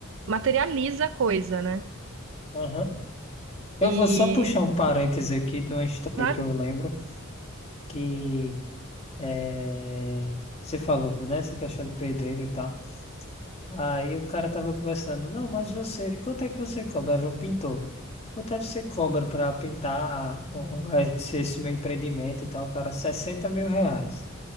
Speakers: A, on the right; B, on the left.
A: materializa a coisa, né?
B: Aham. Eu
A: E,
B: vou só puxar um parêntese aqui de uma história
A: claro,
B: que eu lembro, que é... você falou, né? Essa questão do pedreiro e tal. Aí o cara tava conversando, não, mas você, quanto é que você cobra? Era um pintor. Quanto é que você cobra pra pintar ó, esse, esse meu empreendimento e tal? O cara, sessenta mil reais.